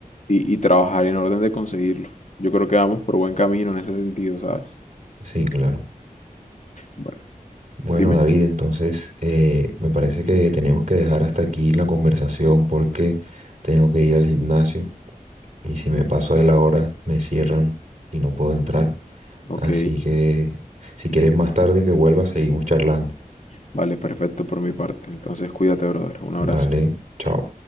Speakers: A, on the left; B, on the right.
A: y, y trabajar en orden de conseguirlo. Yo creo que vamos por buen camino en ese sentido, ¿sabes?
B: Sí, claro.
A: Bueno,
B: Bueno,
A: dime.
B: David, entonces eh, me parece que tenemos que dejar hasta aquí la conversación porque tengo que ir al gimnasio y si me paso de la hora me cierran y no puedo entrar.
A: Ok.
B: Así que si quieres más tarde que vuelva, seguimos charlando.
A: Vale, perfecto por mi parte. Entonces, cuídate, brother. Un abrazo.
B: Dale, chao.